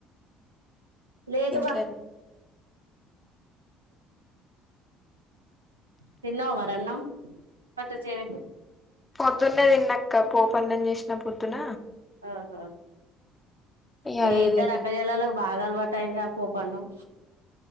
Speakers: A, on the right (about 80°); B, on the left (about 20°).
A: లేదు
B: ఇంట్లోనే
A: బ తిన్నావ మరి అన్నం పట్టు చేయ్ పెట్టు
B: పొద్దున్నే తిన్నక్క పోపన్నం జేసిన పొద్దున
A: ఆహ
B: ఇగ
A: మీ
B: అదే
A: ఇద్దరు
B: తిన్నా
A: అక్కజెల్లెల బాగా అలవాటయి పోపన్నం